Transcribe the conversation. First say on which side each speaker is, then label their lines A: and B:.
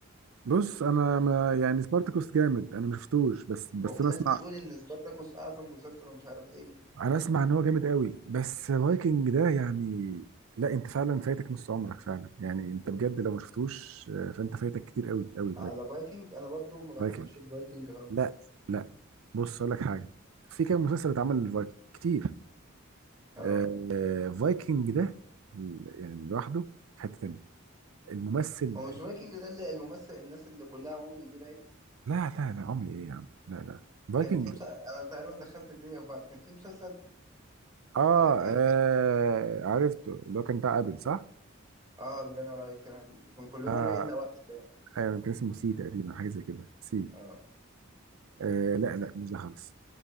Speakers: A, on the right; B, on the right.
A: بص انا ما يعني سبارتاكوس جامد انا ما شفتوش بس بس
B: هو في
A: انا
B: ناس
A: اسمع
B: بتقول ان سبارتاكوس اعظم مسلسل ومش عارف ايه من...
A: انا اسمع ان هو جامد قوي بس فايكنج ده يعني لا انت فعلا فايتك نص عمرك فعلا يعني انت بجد لو ما شفتوش آه، فانت فايتك كتير قوي قوي بجد
B: على فايكنج انا برضو ما بحبش
A: فايكنج
B: الفايكنج خالص
A: لا لا بص اقول لك حاجه في كام مسلسل اتعمل للفايكنج كتير
B: اه
A: آه، فايكنج ده يعني لوحده في حته تانيه الممثل
B: هو مش فايكنج ده اللي الممثل الناس اللي كلها عمي دي باين
A: لا لا لا عمي ايه يا عم لا لا فايكنج
B: كان في مسلسل انا تقريبا دخلت الدنيا في بعض كان في مسلسل
A: اه,
B: آه كان
A: آه عرفته اللي هو كان بتاع ابل صح
B: اه الله ينور عليك كان كان كلهم
A: اه
B: عمي الا واحد باين
A: ايوه كان اسمه سي تقريبا حاجه زي كده سي
B: اه
A: آه لا لا مش ده خالص